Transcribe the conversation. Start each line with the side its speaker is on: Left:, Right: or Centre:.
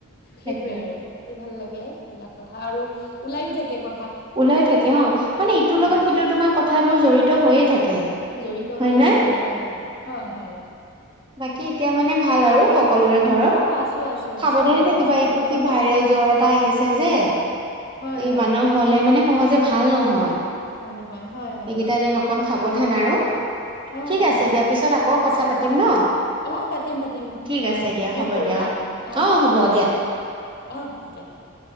Left: সেইটয়ে
Right: তাকে
Left: আৰু পাতি ভাল লাগে সেইবিলাক কথা আৰু ওলাইো থাকে ক
Right: ওলাই থাকে। অ মানে ইটোৰ লগত
Left: কথা
Right: সিটো তোমাৰ কথাবোৰ জড়িত হৈয়ে থাকে।
Left: জড়িত
Right: হয়
Left: হৈয়ে
Right: নে
Left: থাকে। হয়, হয়, হয়, হয়
Right: বাকী এতিয়া মানে ভাল আৰু সকলোৰে ঘৰত,
Left: অ আছো আছো
Right: সাৱধানে
Left: আছো ভালে
Right: থাকিবা।
Left: আছো
Right: এইটো
Left: তোমালোকৰ
Right: কি ভাইৰেল জ্বৰ এটা আহিছে যে,
Left: হয়
Right: এই
Left: হয়
Right: মানুহ হলে, মানে সহজে ভাল নহয়।
Left: ভাল নহয়, হয়, হয়
Right: এইকেইটা দিন অকন সাৱধান আৰু,
Left: অ
Right: ঠিক
Left: অ
Right: আছে দিয়া পিছত আকৌ
Left: ঠিক
Right: কথা
Left: আছে।
Right: পাতিম ন
Left: অহ, পাতিম পাতিম
Right: ঠিক
Left: হ'ব।
Right: আছে দিয়া
Left: তুমিও কৰিবা
Right: দিয়া
Left: অ।
Right: হ'ব
Left: ঠিক আছে।
Right: দিয়া
Left: অহ দিয়া দিয়া।